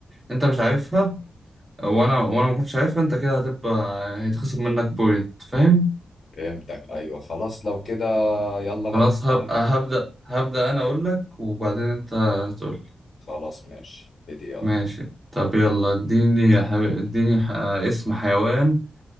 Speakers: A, on the right; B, on the left.
A: انت مش عارفها وانا وانا ما كنتش عارفها انت كده هتبقى هيتخصم منك بوينت فاهم
B: فهمتك ايوه خلاص لو كده يلا نلعبها
A: خلاص هبقى هبدا هبدا انا اقول لك وبعدين انت تقول
B: خلاص ماشي ابتدي يلا
A: ماشي طب يلا اديني يا حبيبي اديني ح... اسم حيوان